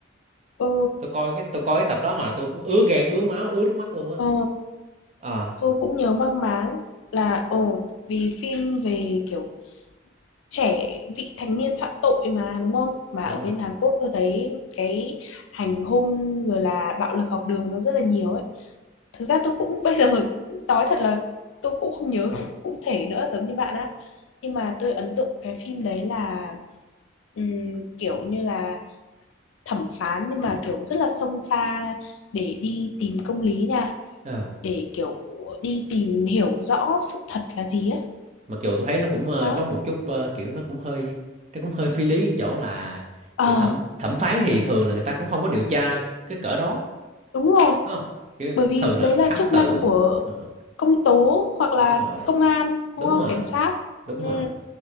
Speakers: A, on the left (about 80°); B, on the right (about 35°).
A: ờ
B: tôi coi cái tôi coi cái tập đó mà tôi cũng ứa gan ứa máu ứa nước mắt luôn á
A: ờ
B: à
A: tôi cũng nhớ mang máng là ồ vì phim về kiểu trẻ vị thành niên phạm tội mà đúng không? Mà
B: đúng
A: ở bên
B: rồi
A: Hàn Quốc tôi thấy cái hành hung rồi là bạo lực học đường nó rất là nhiều ấy thực ra tôi cũng <laughs> bây giờ nói thật là tôi cũng không nhớ cụ thể nữa giống như bạn á nhưng mà tôi ấn tượng cái phim đấy là ừm, kiểu như là thẩm phán nhưng mà kiểu rất là xông pha để đi tìm công lý nha
B: Ờ.
A: để kiểu đi tìm hiểu rõ sự thật là gì á
B: mặc dù tôi thấy nó cũng ờ,
A: đó
B: có một chút ờ, kiểu nó cũng hơi nó cũng hơi phi lý ở chỗ là
A: ờ
B: kiểu thẩm thẩm phán thì thường là người ta cũng không có điều tra cái cỡ đó
A: đúng rồi
B: đúng không kiểu
A: bởi vì
B: thường là
A: đấy là
B: thám
A: chức
B: tử
A: năng của
B: Ờ,
A: công tố hoặc là
B: đúng rồi
A: công an
B: đúng
A: đúng không
B: rồi
A: cảnh sát
B: đúng
A: ừ
B: rồi